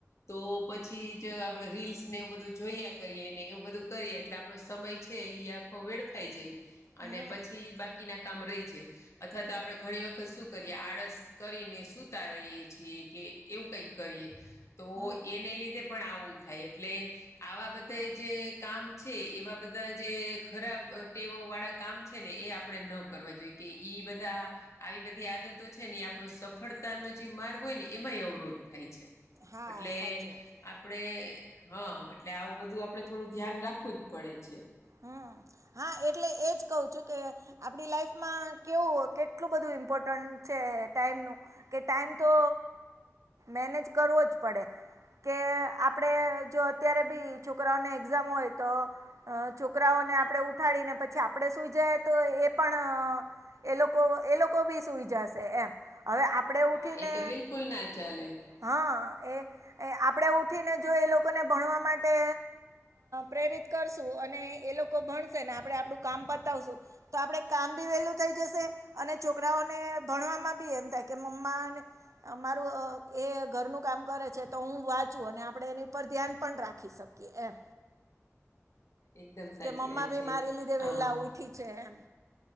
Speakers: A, on the left (about 70°); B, on the right (about 80°).
A: તો. પછી જ આપણે રીલ્સને એવું બધું જોયા કરીએને એવું બધું કરીએ એટલે આપણો સમય છે ઈ આ. ખો વેડફાઈ જાય અને
B: હમ
A: પછી બાકીના કામ રહી જાય. અથવા તો આપણે ઘણી વખત શું કરીએ આળસ કરીને સુતા રહીએ છીએ કે. એવું કંઈક કરીએ તો
B: હમ
A: એને લીધે પણ આવું થાય એટલે. આવા બધા જે કામ છે એવા બધા જે ખરાબ ટેવો વાળા કામ. છે ને એ આપણે ન કરવા જોઈએ કે ઈ બધા. આવી બધી આદતો છે ને આપણો સફળતાનો જે માર્ગ હોય ને એમાંય અવરોધ થાય છે.
B: હા
A: એટલે.
B: સાચી વાત છે
A: આપણે હા એટલે આવું બધું આપણે થોડું ધ્યાન રાખવું જ પડે છે.
B: હમ હા એટલે એજ કહું છું કે. આપણી લાઈફમાં કેવું કેટલું બધું ઇમ્પોર્ટન્ટ છે ટાઈમનું. કે ટાઈમ તો મેનેજ કરવો જ પડે. કે આપણેે જો અત્યારે બી છોકરાઓને એક્ઝામ હોય તો. છોકરાઓને આપણે ઉઠાડીને પછી આપડે સુઈ જાય તો એ પણ. એ લોકો એ લોકો ભી સુઈ જશે એમ હવે. આપણેે
A: હા
B: ઉઠીને
A: એ તો બિલકુલ ના ચાલે
B: હા એ આપણેે થીને જો એ લોકોને ભણવા માટે પ્રેરિત કરશું અને એ લોકો ભણશે ને આપડે આપડું કામ બતાવશું તો આપડે કામ ભી વેલું થઈ જશે. અને છોકરાઓને ભણવામાં બી એમ થાય કે મમ્માને અમારું એ ઘરનું કામ કરે છે તો હું વાંચું અને આપણે એની પરર ધ્યાન પણ રાખી શક એ એમ.
A: એકદમ સાચી
B: કે મમ્મા
A: વાત
B: ભી
A: છે.
B: મારી લીધે
A: હા
B: વેલા ઊઠી છે એમ.